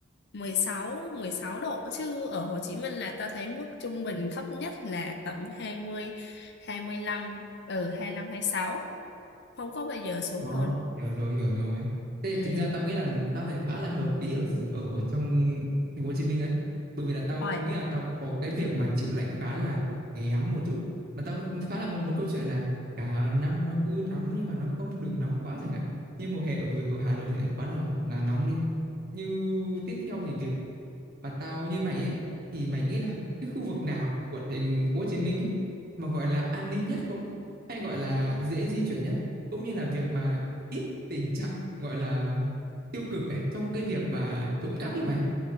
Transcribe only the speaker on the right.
Ờ,
hiểu rồi, hiểu rồi. Thế
tính ra tao nghĩ là tao lại khá là hợp lý ở ở ở trong thành phố Hồ Chí Minh ấy. Bởi vì là tao
nghĩ là tao có cái việc mà chịu lạnh khá là kém một chút. Mà tao khá là mong muốn câu chuyện là cả năm nó cứ nóng nhưng mà nó không được nóng quá chẳng hạn. Như mùa hè ở ở Hà Nội thì lại quá là là nóng đi. Như tiếp theo thì việc mà tao như mày ấy thì mày nghĩ là cái khu vực nào của thành phố Hồ Chí Minh ấy mà gọi là an ninh nhất không? Hay gọi là dễ di chuyển nhất? cũng như là việc mà ít tình trạng gọi là tiêu cực ấy, trong cái việc mà trộm cắp như vậy